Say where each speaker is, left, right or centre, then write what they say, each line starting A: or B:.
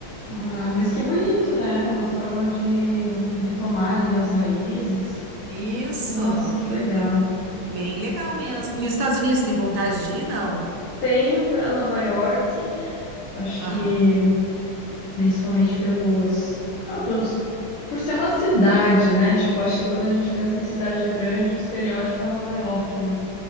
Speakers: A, on the left; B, on the right.
A: Ah, mas que bonito, né? Uma forma de retomar ali as raízes.
B: Isso,
A: Nossa, que
B: pois
A: legal.
B: é. Bem legal mesmo. E os Estados Unidos tem vontade de ir? Não.
A: Tenho para Nova York, acho que
B: Aham.
A: principalmente pelos, ah, pelos, por ser uma cidade, né? Tipo, acho que quando a gente pensa em cidade grande, o estereótipo é Nova York, né?